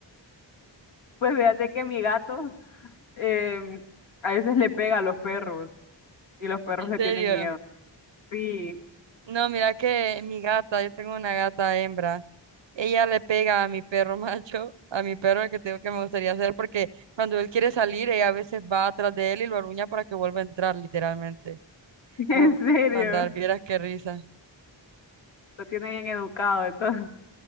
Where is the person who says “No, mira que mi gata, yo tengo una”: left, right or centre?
Right